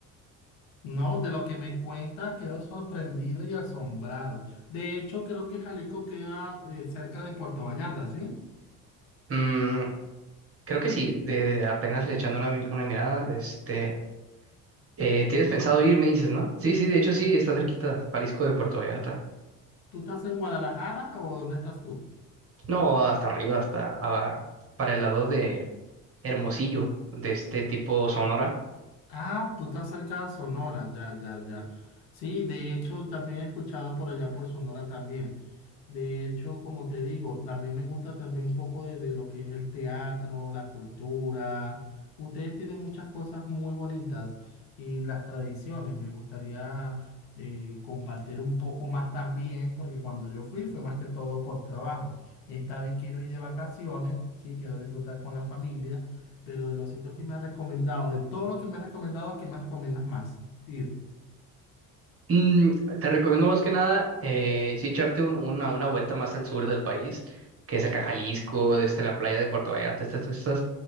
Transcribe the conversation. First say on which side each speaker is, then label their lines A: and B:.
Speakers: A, on the left (about 60°); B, on the right (about 30°).
A: No, de lo que me cuentas quedo sorprendido y asombrado. De hecho, creo que Jalisco queda eh, cerca de Puerto Vallarta, ¿sí?
B: Mm, creo que sí, de, de apenas le echando una, mi- una mirada, de este, eh, ¿tienes pensado ir? Me dices, ¿no? Sí, sí, de hecho sí, está cerquita, Jalisco de Puerto Vallarta.
A: ¿Tú estás en Guadalajara o dónde estás tú?
B: No, hasta arriba, hasta ah, para el lado de Hermosillo, de este tipo Sonora.
A: Ah, tú estás cerca de Sonora, ya, ya, ya. Sí, de hecho, también he escuchado por allá por Sonora también. De hecho, como te digo, también me gusta también un poco de, de lo que es el teatro, la cultura. Ustedes tienen muchas cosas muy bonitas y las tradiciones. Me gustaría eh, compartir un poco más también, porque cuando yo fui fue más que todo por trabajo. Esta vez quiero ir de vacaciones, sí, quiero disfrutar con la familia. Pero de los sitios que me has recomendado, de todo lo que me has recomendado, ¿qué más recomiendas más ir?
B: Mm, te recomiendo más que nada, eh, sí echarte un- una, una vuelta más al sur del país, que es acá Jalisco, desde la playa de Puerto Vallarta, estas, estas,